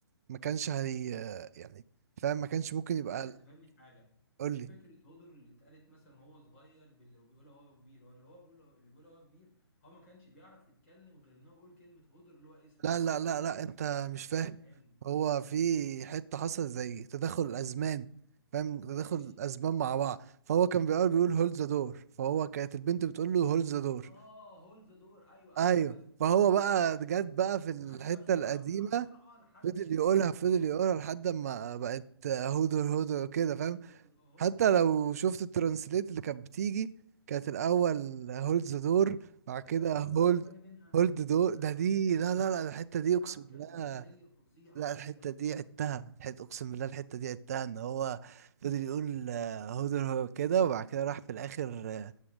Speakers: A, on the right; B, on the left.
A: ما كانش هي يعني فاهم ما كانش ممكن
B: بس
A: يبقى
B: انا عايزك تفهمني حاجه
A: قول
B: ايه
A: لي
B: فكره هدر اللي اتقالت مثلا هو صغير باللي هو بيقولها هو كبير هو اللي هو بيقوله اللي بيقوله هو كبير هو ما كانش بيعرف يتكلم غير انه يقول كلمه هدر اللي هو اسمه
A: لا لا لا
B: يعني حتى
A: لا انت مش فاهم
B: فهمني
A: هو
B: فهمني
A: في حتة حصل زي تدخل الأزمان فاهم تدخل
B: ماشي
A: الأزمان مع بعض فهو كان بيقول بيقول هولد ذا دور فهو كانت البنت بتقول له هولد ذا دور
B: اه هولد ذا دور ايوه
A: ايوه
B: ايوه ايوه بس فهمت
A: فهو بقى
B: فهمت فهمت
A: جت بقى في الحتة
B: قعد يقولها بسرعه
A: القديمة
B: بسرعه بسرعه لحد
A: فضل
B: بقت
A: يقولها
B: هدر
A: فضل
B: اه
A: يقولها لحد ما بقت هودر هودر كده
B: هدر
A: فاهم
B: هدر اه هولد
A: حتى
B: ذا دور
A: لو
B: هدر.
A: شفت الترانسليت اللي كانت بتيجي كانت
B: ايوه
A: الأول
B: ايوه صح صح صح.
A: هولد ذا دور بعد كده
B: تصدق انا اول
A: هولد
B: مره اخد بالي منها
A: هولد دور
B: ده
A: ده دي لا لا لا الحتة دي أقسم
B: حبكه
A: بالله
B: دراميه فظيعه
A: لا الحتة
B: ايه ده
A: دي عدتها الحتة أقسم بالله الحتة دي عدتها إن هو فضل يقول آه، هدر هو كده وبعد كده راح في الآخر آه،